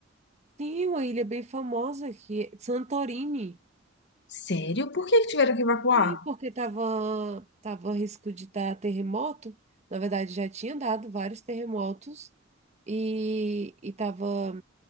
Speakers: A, on the right; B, on the left.
A: Sim, uma ilha bem famosa que é Santorini.
B: Sério? Por que que tiveram que evacuar?
A: Sim, porque tava, tava a risco de dar terremoto. Na verdade, já tinha dado vários terremotos e, e tava,